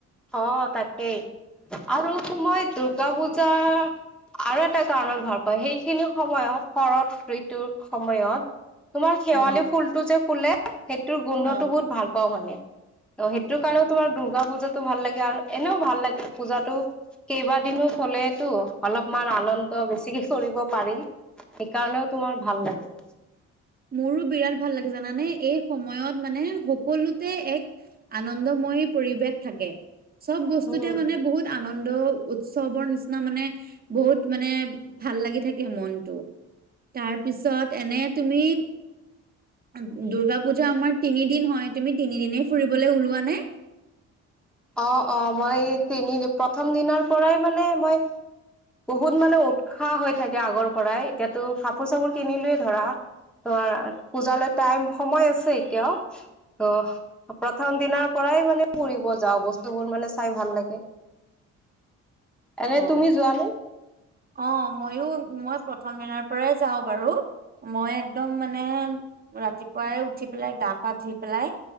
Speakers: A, in the centre; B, on the right (about 30°).
A: অ' তাকেই আৰু এই দুৰ্গা পূজা আৰু এটা কাৰণত ভাল পাওঁ, সেইখিনি সময়ত শৰৎ ঋতুৰ সময়ত তোমাৰ শেৱালি
B: অ',
A: ফুলটো যে শুলে। সেইটোৰ গোন্ধটো
B: অ'।
A: বহুত ভাল পাওঁ মানে ত' সেইটো কাৰণেও তোমাৰ দুৰ্গা পূজাত ভাল লাগে আৰু এনেও ভাল লাগে পূজাতো কেইবাদিনো চলেতো অলপমান আনন্দ বেছিকে কৰিব পাৰি। সেইকাৰণেও তোমাৰ ভাল লাগে
B: মোৰো বিৰাট ভাল লাগে জানানে এই সময়ত মানে সকলোতে এক আনন্দ, মই পৰিৱেশ থাকে । চব বস্তুতে
A: উম
B: মানে বহুত আনন্দ আনন্দ-উৎসৱৰ নিচিনা মানে বহুত মানে ভাল লাগি থাকে মনটো তাৰপিছত এনে তুমি দুৰ্গা পূজা আমাৰ তিনিদিন হয়, তুমি তিনিদিনেই ফুৰিবলে ওলোৱা নে?
A: অ', -অ' মই তিনি প্ৰথম দিনৰ পৰাই মানে মই বহুত মানে উৎসাহ হৈ থাকে আগৰ পৰাই এতিয়াতো কাপোৰ-চাপোৰ কিনিলোয়ে ধৰা তোমাৰ পূজালৈ টাইম সময় আছে। এতিয়াও ত' প্ৰথম দিনাৰ পৰাই মানে ফুৰিব যাও বস্তুবোৰ মানে চাই ভাল লাগে। এনে
B: অ',
A: তুমি যোৱানে?
B: অ' মইয়ো মই প্ৰথম দিনাৰ পৰাই যাও বাৰু মই একদম মানে ৰাতিপুৱাই উঠি পেলাই গা, পা ধুই পেলাই